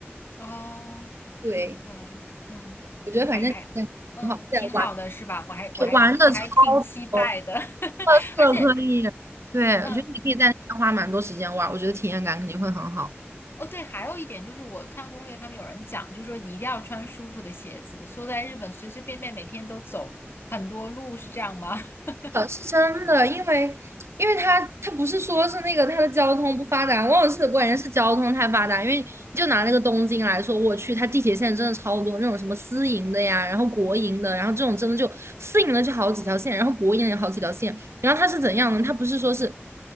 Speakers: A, on the left; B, on the right.
A: 哦，
B: <laughs> 对。
A: 对，嗯，
B: 我觉得反正也很好，
A: 还还嗯，
B: 对，
A: 挺好的，
B: 玩
A: 是吧？我还我还我还挺期待的，
B: 玩的超多，
A: <laughs>
B: 特色可以。
A: 而且。
B: 对，
A: 嗯。
B: 我觉得你可以在那边花蛮多时间玩，我觉得体验感肯定会很好。
A: 哦，对，还有一点就是，我看攻略，他们有人讲，就是说你一定要穿舒服的鞋子。说在日本随随便便每天都走很多路，是这样吗？<laughs>
B: 呃是真的，因为因为它它不是说是那个它的交通不发达，往往是关键是交通太发达，因为就拿那个东京来说，我去它地铁线真的超多，那种什么私营的呀，然后国营的，然后这种真的就私营的就好几条线，然后国营的有好几条线，然后它是怎样呢？它不是说是